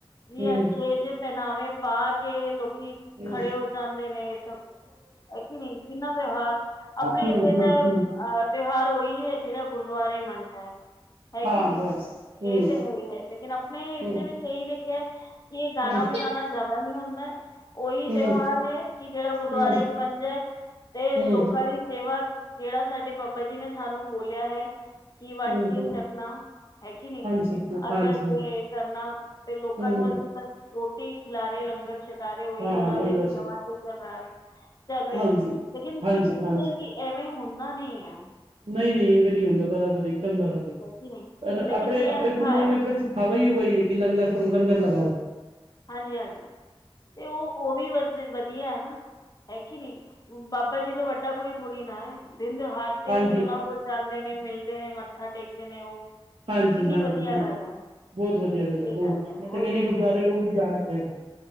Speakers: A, on the left (about 40°); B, on the right (about 80°).
A: ਵੀ
B: ਹੂੰ
A: ਅੱਛੇ ਜੇ ਪਹਿਨਾਵੇ ਪਾ ਕੇ, ਲੋਕੀ
B: ਹੂੰ
A: ਖੜੇ ਹੋ ਜਾਂਦੇ ਨੇ ਇਹ ਸਭ ਹੈ ਕਿ ਨਹੀਂ ਕਿੰਨਾ ਤਿਉਹਾਰ ਆਪਣੇ
B: ਹੂੰ
A: ਇੱਥੇ
B: ਹੂੰ
A: ਤਾਂ ਅਹ
B: ਹੂੰ
A: ਤਿਉਹਾਰ ਉਹੀ ਹੈ ਜਿਹੜਾ ਗੁਰਦੁਆਰੇ ਮੰਨਦਾ ਹੈ ਹੈ
B: ਹਾਂ
A: ਕੀ ਨਹੀਂ
B: ਬਸ ਹੂੰ
A: ਇਹ ਤੇ ਹੋ ਹੀ ਹੈ, ਲੇਕਿਨ ਆਪਣੇ ਇਸਦੇ
B: ਹੂੰ
A: ਵਿੱਚ ਇਹੀ ਦੇਖਿਆ, ਕਿ ਇਹ ਗਾਣਾ
B: ਹੂੰ
A: ਵਜਾਣਾ ਜ਼ਿਆਦਾ ਦਾ ਨੀ ਹੁੰਦੈ ਉਹੀ
B: ਹੂੰ
A: ਤਿਉਹਾਰ
B: ਹੂੰ
A: ਹੈ, ਕਿ ਜਿਹੜਾ ਗੁਰਦੁਆਰੇ
B: ਹੂੰ
A: ਚ ਬਨ ਜਾਏ, ਤੇ
B: ਹੂੰ
A: ਲੋਕਾਂ ਦੀ ਸੇਵਾ ਜਿਹੜਾ ਸਾਡੇ ਬਾਬਾ ਜੀ ਨੇ ਸਾਨੂੰ ਬੋਲਿਆ ਹੈ। ਕੀ ਵਨ
B: ਹੂੰ
A: ਕੇਜ
B: ਹੂੰ
A: ਆਪਣਾ ਹੈ ਕੀ ਨੀਂ
B: ਹਾਂਜੀ ਹਾਂ ਹਾਂਜੀ
A: ਅੱਗੇ -ਅੱਗੇ
B: ਹਾਂਜੀ
A: ਕਰਨਾ, ਤੇ ਲੋਕਾਂ
B: ਹੂੰ
A: ਨੂੰ ਅਸੀਂ ਬਸ ਰੋਟੀ ਰਟੀ ਖਿਲਾਰੇ ਲੰਗਰ ਛਕਾਰੇ, ਉਓਹੀ
B: ਹਾਂ
A: ਉਹਨਾਂ
B: ਲੰਗਰ
A: ਦੇ ਨਯਮਾਂ
B: ਛਕਾ
A: ਤੇ ਚ ਰਾਰੇ ਚੱਲ ਰਹੇ
B: ਹਾਂਜੀ
A: ਨੇ, ਲੇਕਿਨ
B: ਹਾਂਜੀ
A: ਕਿੱਥੇ
B: ਹਾਂਜੀ
A: ਵੀ ਐਵੇਂ ਹੁੰਦਾ ਨਈ ਐ।
B: ਨਹੀਂ ਨਹੀਂ ਇਹਵੇਂ ਨਹੀਂੀ ਹੁੰਦਾ ਬਰਾਬਰ ਇੱਕਦਮ ਬਰਾਬਰ
A: ਹੈ ਕਿ ਨਹੀਂ
B: ਪਰ
A: ਲੇਕਿਨ
B: ਆਪਣੇ
A: ਇਹ
B: ਆਪਣੇ
A: ਅੱਛਾ
B: ਗੁਰੂਆਂ
A: ਹੈ
B: ਨੇ ਆਪਣੇਿੱ ਖਵਾਈ ਹਈ ਹੈ ਕਿ ਲੰਗਰ ਲੰਗਰ ਲਗਾਓ
A: ਹਾਂਜੀ ਹਾਂਜੀ ਤੇ ਉਹ ਉਹ ਵੀ ਵਧ ਵਧੀਆ ਹੈ ਨਾ ਹੈਗੀ ਨੀ ਬਾਬਾ ਜੀ ਤੋਂ ਵੱਡਾ ਕੋਈ ਥੋੜੀ ਨਾ ਦਿਨ ਦਿ ਹਥ
B: ਹਾਂਜੀ
A: ਅਸੀਂ ਉਹਨਾਂ ਕੋਲ ਜਾਂਦੇ ਨੇ ਮਿਲਦੇ ਨੇ ਮੱਥਾ ਟੇਕਦੇ ਨੇ ਉਹ
B: ਹਾਂਜੀ
A: ਕਿੰਨੀ
B: ਹਾਂਜੀ
A: ਵਧੀਆ
B: ਹਾਂ
A: ਗੱਲ ਹੈ
B: ਬਹੁਤ ਵਧੀਆ ਗੱਲ ਹੈ
A: ਇਹ
B: ਬਹੁਤ
A: ਉਹੀ
B: ਮੈਂ ਤਾਂ ਕਹਿਦੀ
A: ਉਹੀ
B: ਗੁਰਦੁਆਰੇ ਰੋਜ਼ ਹੀ ਜਾਣਾ ਚਾਹੀਦਾ